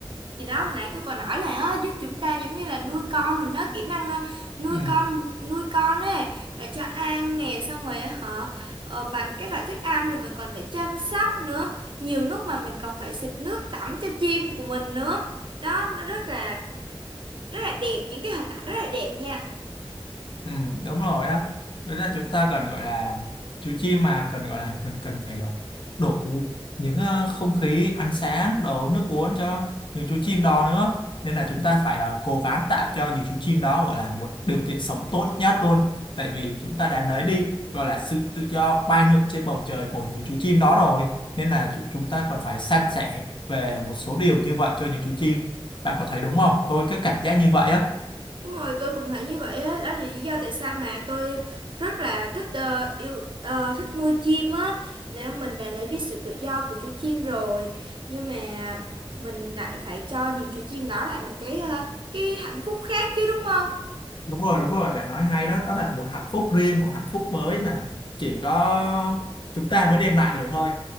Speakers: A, on the right; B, on the left.
A: Thì đó hồi nãy tôi còn nói là á, giúp chúng ta giống như là nuôi con mình á kỹ năng á, nuôi
B: ừ.
A: con nuôi con ấy là cho ăn nè xong rồi họ ờ, bằng các loại thức ăn rồi mình còn phải chăm sóc nữa nhiều lúc mà mình còn phải xịt nước tắm cho chim của mình nữa đó nó rất là rất là đẹp những cái hình ảnh rất là đẹp nha
B: Ừ, đúng rồi á với là chúng ta cần gọi là chú chim mà cần gọi là mình cần phải ờ, đổ đủ những ờ, không khí ánh sáng đồ nước uống cho những chú chim đó nữa nên là chúng ta phải ờ, cố gắng tạo cho những chú chim đó gọi là một điều kiện sống tốt nhất luôn tại vì chúng ta đã lấy đi gọi là sự tự do bay lượn trên bầu trời của những chú chim đó rồi nên là chu- chúng ta còn phải san sẻ về một số điều như vậy cho những chú chim bạn có thấy đúng không tôi có cảm giác như vậy á
A: Đúng rồi, tôi cũng thấy như vậy á, đó là lý do tại sao mà tôi rất là thích ờ, yêu ờ, thích nuôi chim á. Nếu mình đã lấy đi sự tự do của chú chim rồi, nhưng mà mình lại phải cho những chú chim đó lại một cái ờ, cái hạnh phúc khác chứ đúng không?
B: đúng rồi đúng rồi bạn nói hay đó đó là một hạnh phúc riêng một hạnh phúc mới mà chỉ có chúng ta mới đem lại được thôi